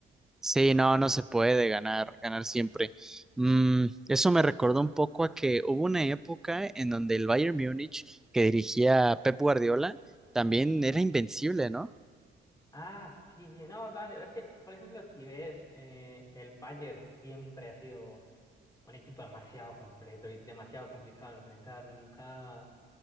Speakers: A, in the centre; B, on the left.
A: Sí,
B: Mm,
A: no, no se puede ganar, ganar siempre. Mm, eso me recordó un poco a que hubo una época en donde el Bayern Múnich, que dirigía Pep Guardiola, también era invencible, ¿no?
B: Ah, sí, sí, no, dale, es que, por ejemplo, si ves, eh, el Bayern siempre ha sido Un equipo demasiado completo y demasiado complicado de enfrentar. Nunca,